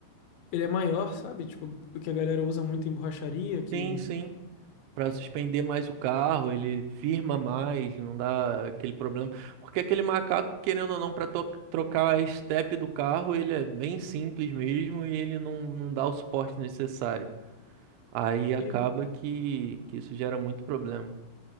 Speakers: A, on the left; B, on the right.
A: ele é maior, sabe? Tipo, porque a galera usa muito em borracharia, que.
B: Sim, sim. Pra suspender mais o carro, ele firma mais, não dá aquele problema. Porque aquele macaco, querendo ou não, para trocar a estepe do carro, ele é bem simples mesmo e ele não, não dá o suporte necessário. Aí acaba
A: E,
B: que, que isso gera muito problema.